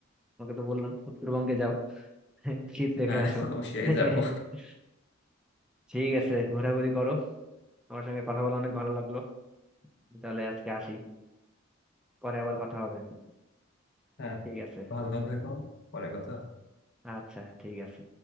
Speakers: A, in the centre; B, on the left.
A: তোমাকে তো বললাম উত্তরবঙ্গে যাও <laughs> শীত দেখে
B: হ্যাঁ
A: আসো
B: অবশ্যই
A: <laughs>
B: যাবো
A: ঠিক আছে ঘোরাঘুরি করো আমার সঙ্গে কথা বলে অনেক ভালো লাগলো আমি তাহলে আজকে আসি পরে আবার কথা হবে
B: হ্যাঁ
A: ঠিক আছে
B: ভালো থাকো পরে কথা
A: আচ্ছা ঠিক আছে